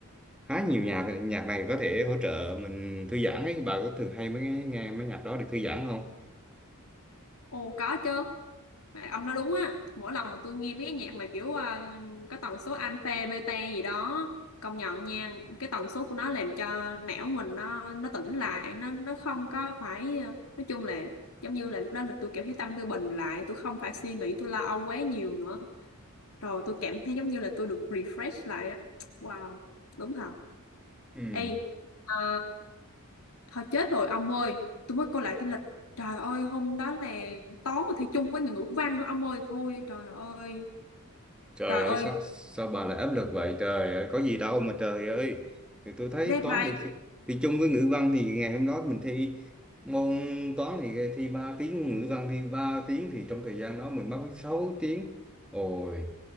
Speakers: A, in the centre; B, on the left.
A: khá nhiều nhạc nhạc này có thể hỗ trợ mình thư giãn ấy bà có thường hay mới nghe, nghe mấy nhạc đó để thư giãn không
B: ồ có chứ mà ông nói đúng á mỗi lần mà tôi nghe mấy cái nhạc mà kiểu à, có tần số alpha beta gì đó công nhận nha cái tần số của nó làm cho não mình nó nó tỉnh lại nó nó không có phải ờ, nói chung là giống như là lúc đó là tôi cảm thấy tâm tôi bình lại tôi không phải suy nghĩ tôi lo âu quá nhiều nữa rồi tôi cảm thấy giống như là tôi được refresh lại á wow đúng thật
A: Ừ.
B: Ê, à, thôi chết rồi ông ơi, tôi mới coi lại cái lịch. Trời ơi, hôm đó là toán mà thi chung với người ngữ văn nữa ông ơi. Thôi trời ơi,
A: Trời
B: trời
A: ơi
B: ơi,
A: sao sao bà lại áp lực vậy trời ơi có gì đâu mà trời ơi thì tôi thấy
B: deadline.
A: toán thì, thì thì chung với ngữ văn thì ngày hôm đó mình thi môn toán thì thi ba tiếng ngữ văn thi ba tiếng thì trong thời gian đó mình mất sáu tiếng ôi